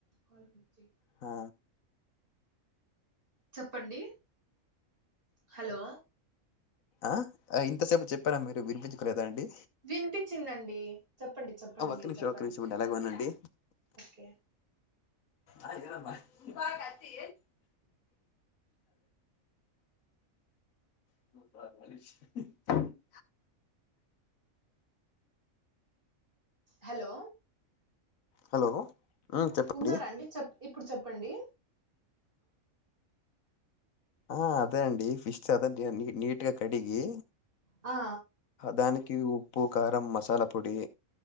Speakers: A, on the right (about 40°); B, on the left (about 75°).
A: కాల్ పిచ్చి.
B: ఆ.
A: చెప్పండి హలో.
B: ఆ ఇంతసేపు చెప్పారా మీరు వినిపించుకోలేదా అండి.
A: వినిపించిందండి చెప్పండి. చెప్పండి
B: ఆ ఒక్క
A: మీరు
B: నిమిషం
A: చెప్పండి
B: ఒక్క నిమిషం ఉండి అలాగే ఉండండి.
A: ఓకే
B: అదిరాబ. దీపాలికత్తి. <inaudible>
A: హలో.
B: హలో. హ్మ్. చెప్పండి.
A: ఉన్నార అండి చెప్ప ఇప్పుడు చెప్పండి.
B: ఆ అదే అండి ఫిష్ చాలా అది నీట్గా కడిగి.
A: ఆ
B: దానికి ఉప్పు కారం మసాలా పొడి